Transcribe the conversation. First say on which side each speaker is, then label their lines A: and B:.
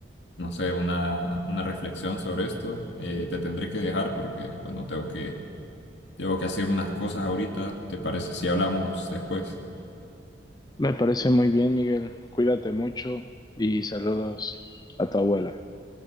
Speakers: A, on the left (about 75°); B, on the left (about 20°).
A: no sé, una, una reflexión sobre esto. Eh, te tendré que dejar porque, bueno, tengo que, tengo que hacer unas cosas ahorita. ¿Te parece si hablamos después?
B: Me parece muy bien, Miguel. Cuídate mucho y saludos a tu abuela.